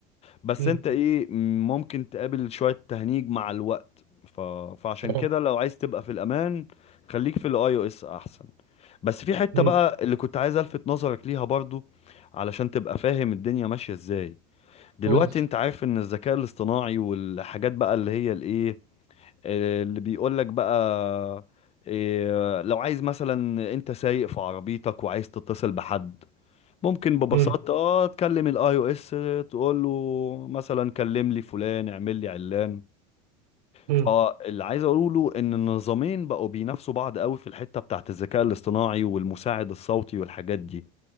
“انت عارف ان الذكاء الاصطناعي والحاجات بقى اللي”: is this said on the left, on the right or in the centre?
Left